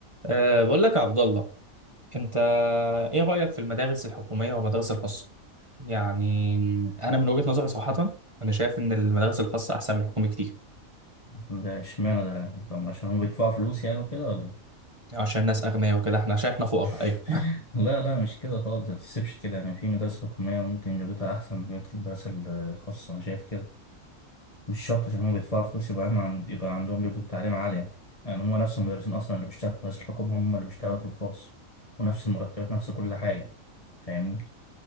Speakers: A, on the right; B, on the left.
A: أه بقول لك يا عبد الله انت ايه رأيك في المدارس الحكومية والمدارس الخاصة يعني انا من وجهة نظري صراحة انا شايف ان المدارس الخاصة احسن من الحكومة كتير
B: ده اشمعنى ده طب عشان هم بيدفعوا فلوس يعني وكده ولا إيه؟
A: عشان الناس اغنياء وكده احنا عشان احنا فقراء ايوه
B: <laughs> لا لا مش كده خالص ما تحسبش كده يعني في مدارس حكومية ممكن جودتها أحسن من المدارس ال- الخاصة أنا شايف كده مش شرط عشان هم بيدفعوا فلوس يبقى عنده عند يبقى عندهم جودة تعليم عالية يعني هم نفس المدرسين أصلا اللي بيشتغلوا في مدارس الحكومة هم اللي بيشتغلوا في الخاص ونفس المرتبات نفس كل حاجة فاهمني؟